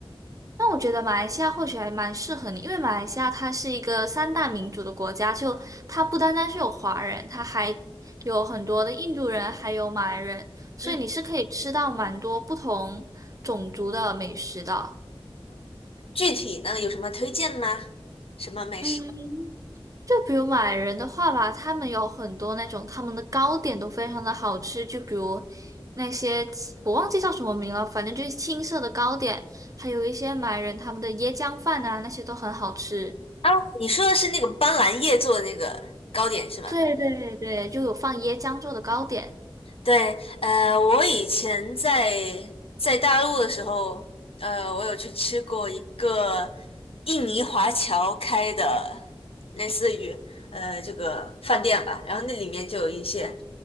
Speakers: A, on the right; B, on the left.
A: 那我觉得马来西亚或许还蛮适合你，因为马来西亚它是一个三大民族的国家，就它不单单是有华人，它还有很多的印度人，还有马来人，所以你是可以吃到蛮多不同种族的美食的。
B: 嗯。具体呢有什么推荐吗？什么美食？
A: 嗯，就比如马来人的话吧，他们有很多那种他们的糕点都非常的好吃，就比如那些我忘记叫什么名了，反正就是青色的糕点，还有一些马来人他们的椰浆饭啊，那些都很好吃。
B: 哦，你说的是那个斑斓叶做的那个糕点是吗？
A: 对对对，就有放椰浆做的糕点，
B: 对，呃，我以前在在大陆的时候，呃，我有去吃过一个印尼华侨开的，类似于呃这个饭店吧，然后那里面就有一些